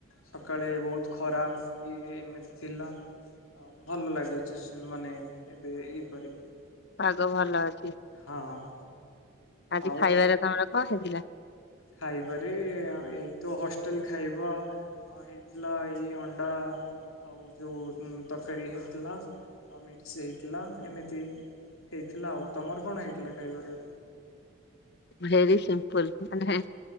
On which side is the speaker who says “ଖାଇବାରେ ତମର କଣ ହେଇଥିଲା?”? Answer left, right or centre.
Left